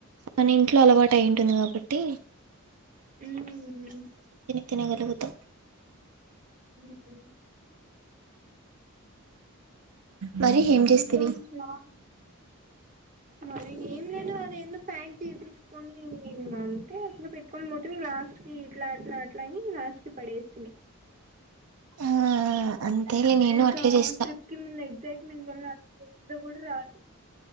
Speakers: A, on the right (about 80°); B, on the right (about 35°).
A: మన ఇంట్లో అలవాటు అయి ఉంటుంది కాబట్టి.
B: ఉమ్ ఉమ్మ్.
A: తినగలుగుతం.
B: ఉమ్ ఉమ్
A: మరి ఏం చేస్తివి
B: ఇంకా లా మరి ఏం లేదు అది ఏందోప్యాట్ చేయి తుడుచుకొని ఇంక అంటే అక్కడ పెట్టుకొని పోతే లాస్ట్ కి ఇట్లా అట్లా అట్లా అయి లాస్ట్ కి పడేసింది.
A: ఆ అంతేలే నేను
B: ఇంకా
A: అట్లే చేస్తా
B: ట్రిప్ కి ముందు ఎక్సైట్. నేను కొన్న అసలుతిలో కూడా రాదు.